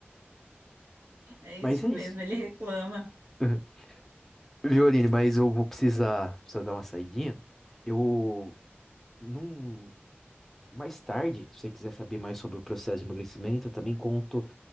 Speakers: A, on the right; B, in the centre.
A: É isso
B: Mas é
A: mesmo,
B: isso.
A: ele reclama.
B: Uhum. Viu, Aline? Mas eu vou precisar, precisar dar uma saidinha. Eu, num, mais tarde, se você quiser saber mais sobre o processo de emagrecimento, eu também conto